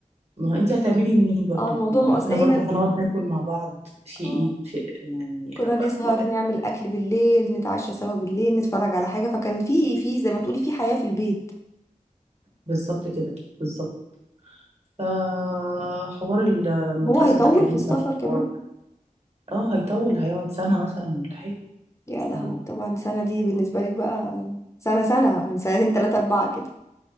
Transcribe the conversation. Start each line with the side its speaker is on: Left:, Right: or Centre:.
Right: ما هو انت هتعملي لمين برضو
Left: اه الموضوع
Right: ما هو
Left: مؤثر
Right: احنا
Left: هي
Right: برضو هنقعد ناكل مع بعض في ايه
Left: اه
Right: في يعني
Left: كنا
Right: أبقى-
Left: نسهر نعمل أكل بالليل نتعشى سوا بالليل نتفرج على حاجة فكان في في زي ما تقولي في حياة في البيت
Right: بالظبط كده بالظبط فحوار المدرسة
Left: هو هيطول
Right: ده كمان
Left: في السفر
Right: كان حوار
Left: كمان
Right: اه هيطول هيقعد سنة مثلا ولا حاجة
Left: يا
Right: ف-
Left: لهوي طبعا سنة دي بالنسبة لك بقى سنة سنة يعني سنتين تلاتة أربعة كده